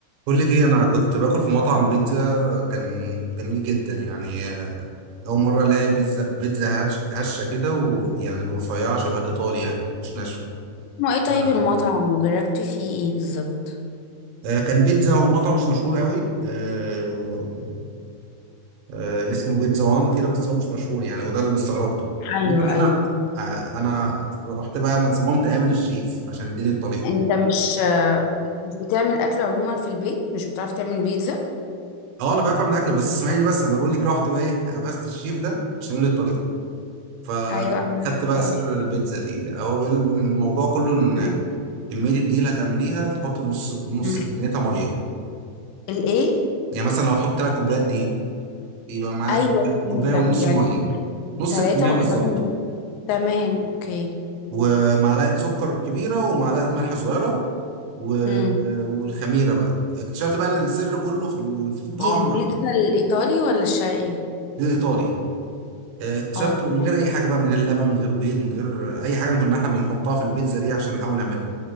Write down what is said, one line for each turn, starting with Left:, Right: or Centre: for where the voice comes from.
Right: بقول لك ايه انا كنت باكل في مطعم بيتزا كان جميل جدا يعني آه، اول مره الاقي بيتزا بيتزا هش- هشه كده ويعني رفيعه شبه الايطالي يعني مش ناشفه
Left: ما ايه طيب
Right: آه.
Left: المطعم وجربتي فيه ايه بالظبط
Right: آه، كان بيتزا هو مطعم مش مشهور قوي آه، آه، اسمه بيتزا وان كده بس هو مش مشهور يعني وده اللي استغربته
Left: ايوه
Right: المهم ان انا
Left: ايوه
Right: آه، انا رحت بقى انا صممت اقابل الشيف عشان يديني الطريق
Left: انت مش مش بتعمل اكل عموما في البيت مش بتعرف تعمل بيتزا
Right: اه انا بعرف اعمل اكل بس اسمعيني بس انا بقول لك رحت بقى ايه قفزت الشيف ده عشان يقول لي الطريق فخدت
Left: ايوه انا عرفت
Right: بقى
Left: بقى
Right: سر البيتزا دي هو بال- الموضوع كله ان
Left: مم.
Right: كميه الدقيق اللي هتعمليها تحط نص نص
Left: مم.
Right: كميتها ميه
Left: الايه
Right: يعني مثلا لو هتحط ثلاث كوبايات دقيق يبقى معايا
Left: ايوه
Right: كوب-
Left: فهمتك
Right: كوبايه ونص
Left: يعني
Right: ميه نص
Left: ثلاثة
Right: الكميه بالظبط
Left: قدامهم تمام اوكي
Right: ومعلقه سكر كبيره ومعلقه ملح صغيره و...
Left: هم.
Right: والخميره بقى اكتشفت بقى ان السر كله في ال- في الطعم
Left: دي البيتزا الايطالي ولا الشرقي
Right: دي الايطالي اكتشفت
Left: اه تمام
Right: من غير اي حاجه بقى من غير لبن من غير بيض من غير اي حاجه كنا احنا بنحطها في البيتزا دي عشان نحاول نعملها